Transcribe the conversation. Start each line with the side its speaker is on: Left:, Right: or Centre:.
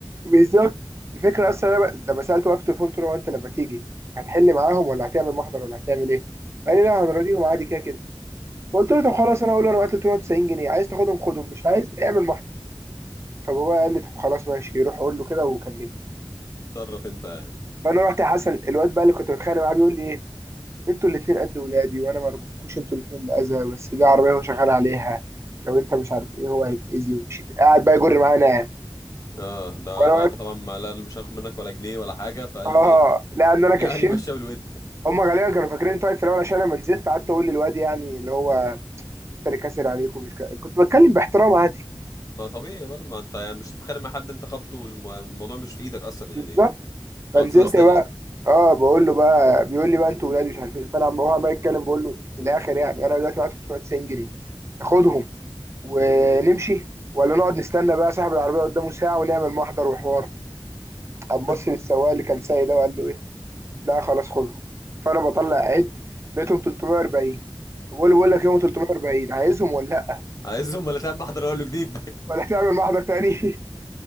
Right: بالظبط الفكره اصلا انا بقى- لما سالته بقى في التليفون قلت له هو انت لما تيجي هتحل معاهم ولا هتعمل محضر ولا هتعمل ايه؟ قال لي لا هنراضيهم عادي كده كده فقلت له طب خلاص انا هقول له انا معايا 390 جنيه عايز تاخدهم خدهم مش عايز اعمل محضر فبابا قال لي طب خلاص ماشي روح قول له كده وكلمني
Left: تصرف انت يعني
Right: فانا رحت يا حسن الواد بقى اللي كنت بتخانق معاه بيقول لي ايه انتوا الاتنين قد ولادي وانا ما رضيتكوش انتوا الاتنين الاذى بس دي عربيه هو شغال عليها لو انت مش عارف ايه هو هيتاذي ومش هيت- قاعد بقى يجر معانا
Left: اه ده
Right: وانا
Left: بعد
Right: واقف
Left: طبعا ما لا مش هاخد منك ولا جنيه ولا حاجه فقال
Right: اه
Left: لي ايه
Right: لان
Left: <laughs>
Right: انا كشمت
Left: يا قال لي مشاه بالود
Right: هم غالبا كانوا فاكرين انت واقف في الاول عشان لما نزلت قعدت اقول للواد يعني اللي هو انت اللي كاسر عليك ومش ك... كنت بتكلم باحترام عادي
Left: ما طبيعي برضه ما انت يعني مش هتتخانق مع حد انت خبطه والموضوع مش في ايدك اصلا
Right: بالظبط
Left: يعني
Right: فنزلت
Left: غلطة ناس تانية
Right: بقى اه بقول له بقى بيقول لي بقى انتوا ولادي مش عارف ايه فانا عم- هو عمال يتكلم بقول له من الاخر يعني انا دلوقتي معايا 390 جنيه تاخدهم ونمشي ولا نقعد نستنى بقى صاحب العربية قدامه ساعة ونعمل محضر وحوار قام بص
Left: <laughs>
Right: للسواق اللي كان سايق ده وقال له ايه لا خلاص خدهم فانا بطلع عد لقيتهم 340 بقول له بقول لك يوم 340 عايزهم ولا لا
Left: عايزهم ولا تعمل محضر اقول له جديد
Right: <laughs> ولا تعمل محضر تاني